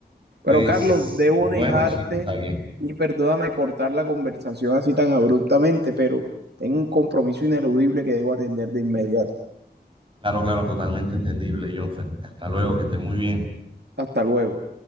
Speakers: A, on the right (about 30°); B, on the right (about 75°).
A: Pues
B: Pero Carlos, debo
A: bueno,
B: dejarte
A: sí, está bien.
B: y perdóname cortar la conversación así tan abruptamente, pero tengo un compromiso ineludible que debo atender de inmediato.
A: Claro, claro, totalmente entendible, Jonfer. Hasta luego, que esté muy bien.
B: Hasta luego.